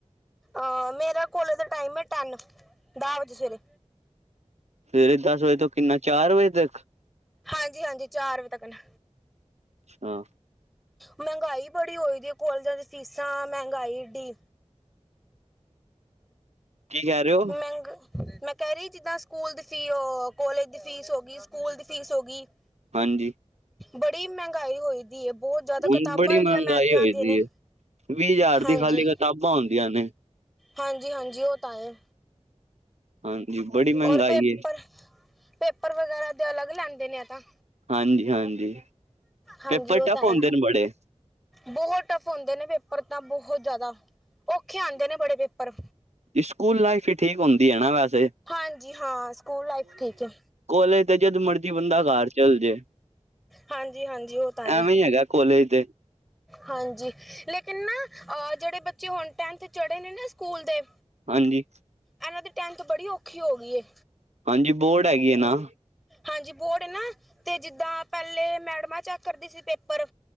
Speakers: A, in the centre; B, on the right (about 75°).
A: ਅਹ ਮੇਰਾ ਕੋਲੇਜ ਦਾ ਟਾਈਮ ਏ। ਟੈਨ ਦਸ ਵਜੇ ਸਵੇਰੇ।
B: ਸਵੇਰੇ ਦਸ ਵਜੇ ਤੋਂ ਕਿੰਨਾ ਚਾਰ ਵਜੇ ਤੱਕ।
A: ਹਾਂਜੀ ਹਾਂਜੀ ਚਾਰ ਵਜੇ ਤੱਕ ਨਾ।
B: ਹਾਂ।
A: ਮਹਿੰਗਾਈ ਬੜੀ ਹੋਈ ਦੀ ਹੈ। ਕੋਲਜਾਂ ਦੀ ਫੀਸਾਂ ਤਾਂ ਮਹਿੰਗਾਈ ਇਡੀ।
B: ਕੀ ਕਹਿ ਰਹੇ ਹੋ
A: ਮੰਹਿਗਾਈ। ਮੈਂ ਕਹਿ ਰਹੀ ਹਾਂ। ਜਿੱਦਾਂ ਸਕੂਲ ਦੀ ਫੀਸ ਕੋਲੇਜ ਦੀ ਫੀਸ ਹੋ ਗਈ ਹੈ। ਸਕੂਲ ਦੀ ਫੀਸ ਹੋ ਗਈ ਹੈ।
B: ਹਾਂਜੀ।
A: ਬੜੀ ਮਹਿੰਗਾਈ ਹੋਈ ਦੀ ਹੈ। ਬਹੁਤ ਜਿਆਦਾ
B: ਹੁਣ
A: ਕਿਤਾਬਾਂ
B: ਬੜੀ
A: ਇਡੀਆ
B: ਮਹਿੰਗਾਈ
A: ਮਹਿੰਗੀਆਂ
B: ਹੋਈ
A: ਆਉਂਦੀਆਂ
B: ਦੀ
A: ਨੇ।
B: ਵੀਹ ਹਜ਼ਾਰ
A: ਹਾਂਜੀ
B: ਦੀ ਖਾਲੀ ਕਿਤਾਬਾਂ ਆਉਦੀਆਂ ਨੇ।
A: ਹਾਂਜੀ ਹਾਂਜੀ ਉਹ ਤਾਂ ਹੈ।
B: ਹਾਂਜੀ ਬੜੀ ਮਹਿੰਗਾਈ
A: ਔਰ ਪੇਪਰ
B: ਹੈ
A: ਪੇਪਰ ਵਗੈਰਾ ਦੇ ਅਲੱਗ ਲੈਂਦੇ ਨੇ ਐ ਤਾਂ।
B: ਹਾਂਜੀ ਹਾਂਜੀ।
A: ਹਾਂਜੀ
B: ਪੇਪਰ
A: ਉਹ
B: ਟਫ
A: ਤਾਂ
B: ਹੁੰਦੇ
A: ਹੈ ਈ।
B: ਨੇ ਬੜੇ
A: ਬਹੁਤ ਟਫ ਹੁੰਦੇ ਨੇ ਪੇਪਰ ਤਾਂ ਬਹੁਤ ਜ਼ਿਆਦਾ ਔਖੇ ਆਉਂਦੇ ਨੇ ਬੜੇ ਪੇਪਰ।
B: ਇਹ ਸਕੂਲ ਲਾਈਫ ਹੀ ਠੀਕ ਹੁੰਦੀ ਹੈ ਨਾ ਵੈਸੇ।
A: ਹਾਂਜੀ ਹਾਂ ਸਕੂਲ ਲਾਈਫ ਠੀਕ ਆ।
B: ਕੋਲੇਜ ਤੇ ਜਦ ਮਰਜ਼ੀ ਬੰਦਾ ਘਰ ਚੱਲ ਜੇ।
A: ਹਾਂਜੀ ਹਾਂਜੀ ਉਹ ਤਾਂ ਹੈ।
B: ਐਵੇਂ ਹੈਗਾ ਕੋਲੇਜ ਤੇ।
A: ਹਾਂਜੀ ਲੇਕਿਨ ਨਾ ਅ ਜਿਹੜੇ ਬੱਚੇ ਹੁਣ ਟੇਂਥ ਚੜ੍ਹੇ ਨੇ ਨਾ ਸਕੂਲ ਦੇ।
B: ਹਾਂਜੀ।
A: ਇਹਨਾਂ ਦੀ ਟੇਂਥ ਤੇ ਬੜੀ ਔਖੀ ਹੋ ਗਈ ਏ।
B: ਹਾਂਜੀ ਬੋਰਡ ਹੈਗੀ ਏ ਨਾ।
A: ਹਾਂਜੀ ਬੋਰਡ ਏ ਨਾ ਤੇ ਜਿੱਦਾਂ ਪਹਿਲੇ ਮੈਡਮਾ ਚੈੱਕ ਕਰਦੀ ਸੀ ਪੇਪਰ।